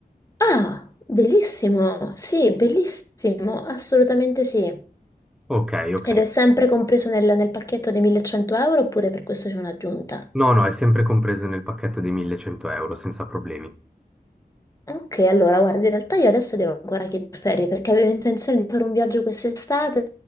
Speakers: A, on the left; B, in the centre.
A: Ah, bellissimo, sì, bellissimo, assolutamente sì.
B: Ok, ok.
A: Ed è sempre compreso nel, nel pacchetto dei 1100 euro oppure per questo c'è un'aggiunta?
B: No, no, è sempre compreso nel pacchetto dei 1100 euro, senza problemi.
A: Ok, allora guarda, in realtà io adesso devo ancora chiedere ferie perché avevo intenzione di fare un viaggio quest'estate